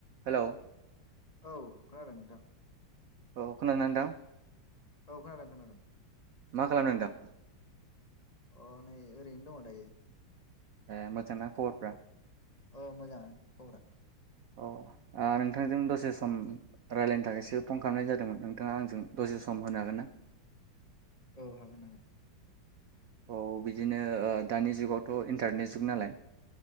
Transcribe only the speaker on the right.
Hello
औ खोनादोंना नोंथां
मा खालामदों नोंथां
ए मोजांना खबरफ्रा
अ ओ नोंथांजों दसे सम रायज्लायनो थाखायसो फन खालामनाय जादोंमोन नोंथाङा आंजों दसे सम होनो हागोन ना
औ बिदिनो ओ दानि जुगावथ' इन्टारनेट जुग नालाय